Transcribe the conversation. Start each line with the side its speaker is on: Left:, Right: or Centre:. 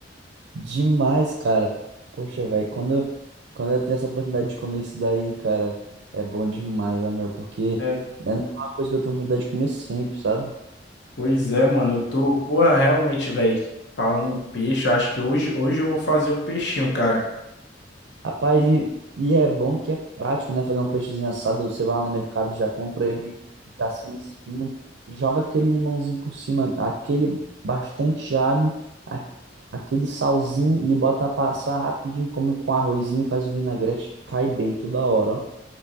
Right: Demais, cara. Poxa, velho, quando eu, quando eu tenho essa oportunidade de comer isso daí, cara, é bom demais, ó, meu, porque
Left: É,
Right: é uma coisa que eu tenho oportunidade de comer sempre, sabe?
Left: pois é, mano. Eu tô, porra, realmente, velho. Falando em peixe, eu acho que hoje, hoje eu vou fazer um peixinho, cara.
Right: Rapaz, e, e é bom que é prático, né? Fazer um peixezinho assado, você vai lá no mercado, já compra ele, já sem espinho, joga aquele limãozinho por cima, aquele bastante alho, a- aquele salzinho e bota passar rapidinho, come com arrozinho, faz o vinagrete, cai bem toda hora, ó.